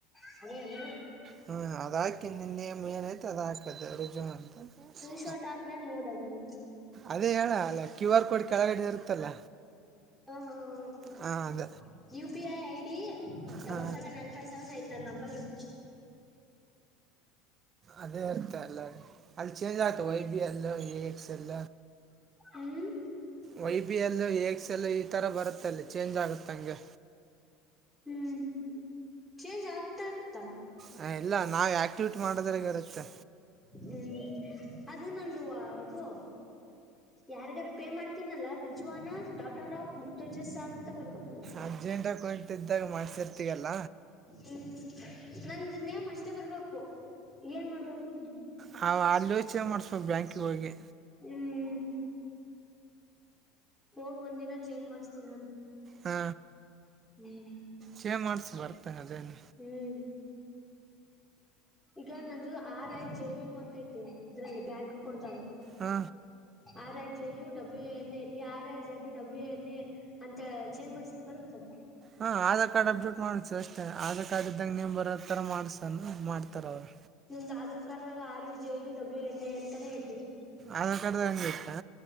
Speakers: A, in the centre; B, on the right.
A: ಹಳನು <unintelligible>
B: ಹ್ಮ ಅದ್ ಹಾಕನ್ ನಿನ್ನ ಏನ್ತು ಅದ್ ಹಾಕದ ರುಜು ಅಂತ
A: ಶಾರಟ್ ಹಾಕ್ಲನ್ ನೋಡೋದನ್ನು
B: ಅದೇ ಹೇಳ ಅಲ್ಲ ಕ್ಯೂ ಆರ್ ಕೋಡ್ ಕೆಳಗಡೆ ಇರುತ್ತಲ್ಲ
A: ಹ್ಮ ಹ್ಮ್ ಹ್ಮ
B: ಹಾ ಅದ
A: U P I I D double
B: ಹಾ
A: seven nine five seven eight ನನ್ ನಂಬರ್ ಐತಿ
B: ಅದೇ ಆರ್ತ ಅಲ್ಲ ಅಲ್ಲಿ ಚೇಂಜ್ ಆತ Y B L A X L
A: ಹ್ಮ್
B: ವೈ ಬಿ ಎಲ್ಲು ಎಕ್ಸೆಲ್ಲು ಈ ಥರ ಬರುತ್ತಲ್ಲಿ ಚೇಂಜ್ ಆಗುತ್ತೆಂಗೆ
A: ಹ್ಮ್ ಚೇಂಜ್ ಆಗ್ತಾ ಇರ್ತ್ತಾ
B: ಹ ಇಲ್ಲ ನಾವ್ ಆಕ್ಟಿವಿಟಿ ಮಾಡದ್ರ ಇರುತ್ತೆ
A: ಹ್ಮ್ ಅದು ನಂದ್ವ ಅದು ಯಾರಿಗಾರು ಪೇ ಮಾಡ್ತೀನಲ್ಲಾ ರಿಜ್ವಾನ ಡಾಟರ್ ಆಫ್ ಮುರ್ತುಜಸ್ ಸಾಹಬ್ ಅಂತ ಬರುತ್ತೆ
B: ಅರ್ಜೆಂಟ ಅಕೌಂಟ್ ಇದ್ದಾಗ ಮಾಡ್ಸಿರ್ತಯಲ್ಲ
A: ಹ್ಮ್ ನಂದು ನೆಮ್ ಅಷ್ಟೇ ಬರ್ಬೇಕು ಏನ್ ಮಾಡ್ಬೇಕು
B: ಹ ಅಲ್ಲಿ ಹೋಗಿ ಚೋನ್ ಮಾಡಿಸ್ಬೇಕು ಬ್ಯಾಂಕಿಗೆ ಹೋಗಿ
A: ಹ್ಮ್ ಹೋಗ್ ಒಂದ ದಿನ ಚೇಜ್ ಮಾಡ್ತನಿ ನನ್
B: ಹಾ
A: ಹ್ಮ್
B: ಚೇ ಮಾಡ್ಸು ಬರ್ತಾ ಅದೇನ
A: ಹ್ಮ್ ಈಗ ನಂದು ಆರ್ ಐ ಜೆ ಯು ಅಂತ ಐತಿ ಇದ್ರಲ್ಲಿ ಬ್ಯಾಂಕ್ ಅಕೌಂಟ್ಾಗ
B: ಹಾ
A: R I J U W N ಐತಿ R I Z W N A ಅಂತ ಚೇಂಜ್ ಮಾಡ್ಸಿದ್ರೆ ಬರುತ್ತದ
B: ಹಾಂ ಆಧಾರ್ ಕಾರ್ಡ್ ಅಪ್ಡೇಟ್ ಮಾಡ್ಸು ಅಷ್ಟೇ ಆಧಾರ್ ಕಾರ್ಡ್ ಇದ್ದಂಗೆ ನೀ ಬರೋತರ ಮಾಡ್ಸ ಮಾಡ್ತಾರ ಅವ್ರು
A: ನಮ್ದು ಆಧಾರ್ ಕಾರ್ಡ್ ಆಾಗ R U J U W N A ಅಂತಾನೇ ಹೇಳ್ತಿರಿ
B: ಆಧಾರ್ ಕಾರ್ಡ್ದದಂಗ ಇತ್ತಾ